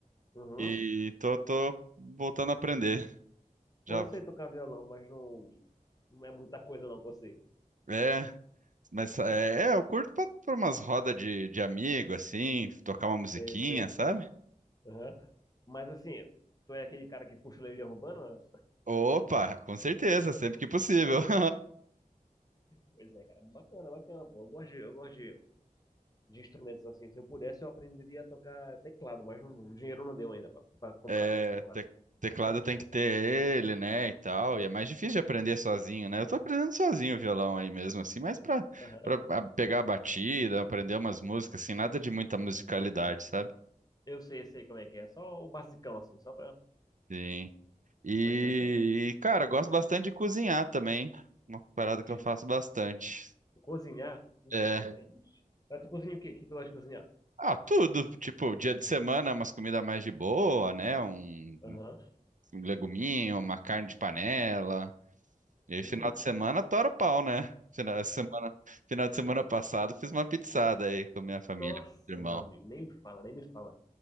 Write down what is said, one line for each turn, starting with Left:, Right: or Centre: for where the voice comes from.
Left: Uhum.
Right: e tô, tô voltando a aprender.
Left: Pô,
Right: Já
Left: eu sei tocar violão, mas não, não é muita coisa não, você.
Right: é, mas é, é, eu curto pra, pra umas rodas de, de amigo, assim, tocar uma musiquinha,
Left: Sei, sei.
Right: sabe?
Left: Aham. Mas assim, tu é aquele cara que puxa o leite de urbana?
Right: Opa, com certeza, sempre que possível. <laughs>
Left: Pois é, cara. Bacana, bacana, pô. Eu gosto de, eu gosto de de instrumentos assim. Se eu pudesse, eu aprenderia a tocar teclado, mas não- o dinheiro não deu ainda para comprar
Right: É,
Left: um teclado.
Right: te- teclado tem que ter ele, né, e tal. E é mais difícil de aprender sozinho, né? Eu tô aprendendo sozinho o violão aí mesmo, assim, mas pra,
Left: Aham.
Right: pra a- pegar a batida, aprender umas músicas, assim, nada de muita musicalidade, sabe?
Left: Eu sei, sei como é que é. Só o basicão, assim, só pra.
Right: Sim. E,
Left: Pois é, cara.
Right: e, cara, gosto bastante de cozinhar também. Uma parada que
Left: De
Right: eu faço bastante.
Left: cozinhar, então,
Right: É.
Left: aí. Ah, tu cozinha o quê? O que tu gosta de cozinhar?
Right: Ah, tudo. Tipo, dia de semana, umas comidas mais de boa, né? Um
Left: Aham.
Right: um leguminho, uma carne de panela. E aí,
Left: Hum,
Right: final de semana, tora o pau, né? Final de semana, final de semana passado, fiz uma pizzada aí com minha família,
Left: Nossa,
Right: com meu irmão.
Left: meu amigo, nem me fala, nem me fala.